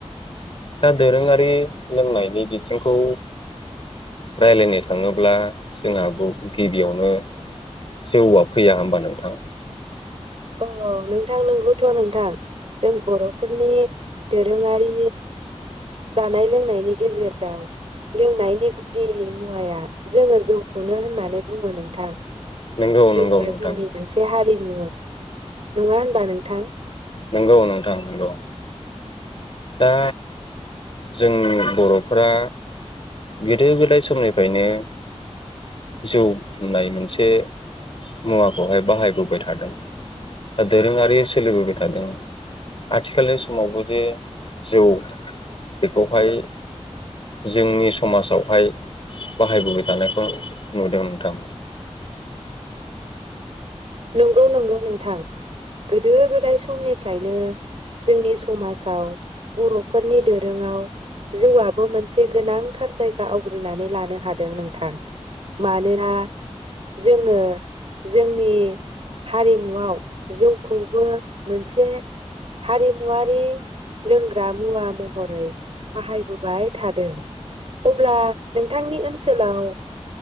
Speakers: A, on the left (about 50°); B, on the right (about 55°).
A: दा दोरोङारि लोंनायनि बिथिंखौ रायलायनो थाङोब्ला जोंहो गिबियावनो जौआ फैया होनबा नोंथां।
B: अ नोंथां नंगौथ' नोंथां जों बर'फोरनि दोरोङारि जानाय लोंनायनि गेजेराव लोंनायनि गुदि मुवाया जोङो जौखौनो होननानै बुङो नोंथां
A: नंगौ
B: जौआ
A: नंगौ नोंथां
B: जोंनि मोनसे हारि उम नङा होनबा नोंथां।
A: नंगौ नोंथां नंगौ दा जों बर'फोरा गोदो गोदाय समनिफ्रायनो जौ होननाय मोनसे मुवाखौहाय बाहायबोबाय थादों दा दोरोङारि सोलिबो थादों आथिखालनि समावबो जे जौ बेखौहाय जोंनि समाजावहाय बाहायबोबाय थानायखौ नुदों नोंथां
B: नंगौ नंगौ नोंथां गोदो गोदाय समनिफ्रायनो जोंनि समाजाव बर'फोरनि दोरोंआव जौआबो मोनसे गोनांथार जायगा आवग्रिनानै लानो हादों नोंथां मानोना जोङो जोंनि हारिमुआव जौखौबो मोनसे हारिमुवारि लोंग्रा मुवा महरै बाहायबोबाय थादों अब्ला नोंथांनि ओनसोलाव